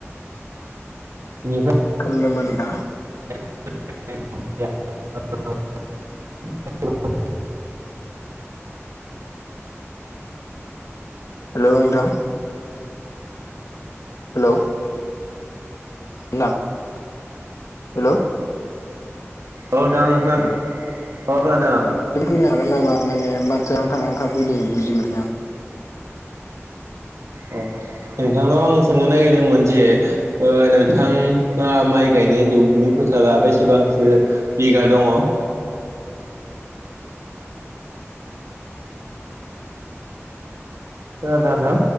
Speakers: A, on the right; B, on the left.
A: बिनिफ्राय
B: खोनादोबा नोंथां?
A: <unintelligible>
B: हेल' नोंथां हेलौ <unintelligible> हेलौ
A: औ नोंथां आं खोनादों औ खोनादों आं
B: <inaudible> फैनो हागोन नामा माने माथोआ नांथा नांथा फैदो बुजिमोनाखै आं।
A: अ नोंथांनाव आं सोंनो नागिरदोंमोन जे ओ नोंथाङा माइ गाय नाय दुब्लि फोथारा बेसेबांसो बिघा दङ।
B: <inaudible>
A: खोनादों नोंथां?